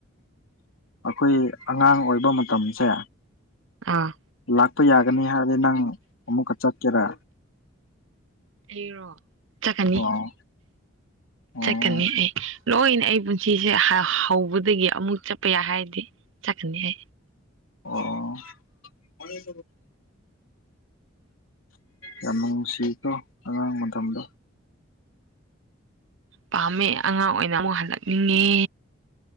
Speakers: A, on the left; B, on the right.
A: ꯑꯩꯈꯣꯏ ꯑꯉꯥꯡ ꯑꯣꯏꯕ ꯃꯇꯝꯁꯦ
B: ꯑꯥ
A: ꯂꯥꯛꯄ ꯌꯥꯒꯅꯤ ꯍꯥꯏꯔꯗꯤ ꯅꯪ ꯑꯃꯨꯛꯀ ꯆꯠꯀꯦꯔꯥ
B: ꯑꯩꯔꯣ ꯆꯠꯀꯅꯤ
A: ꯑꯣ ꯑꯣ
B: ꯆꯠꯀꯅꯤ ꯑꯩ ꯂꯣꯏꯅ ꯑꯩ ꯄꯨꯟꯁꯤꯁꯦ ꯍꯥ ꯍꯧꯕꯗꯒꯤ ꯑꯃꯨꯛ ꯆꯠ ꯄꯌꯥꯏ ꯍꯥꯏꯔꯗꯤ ꯆꯠꯀꯅꯤꯍꯦ
A: ꯑꯣ <unintelligible> ꯌꯥꯝ ꯅꯨꯡꯁꯤꯀꯣ ꯑꯉꯥꯡ ꯃꯇꯝꯗꯣ
B: ꯄꯥꯝꯃꯦ ꯑꯉꯥꯡ ꯑꯣꯏꯅ ꯑꯃꯨꯛ ꯍꯜꯂꯛꯅꯤꯡꯉꯦ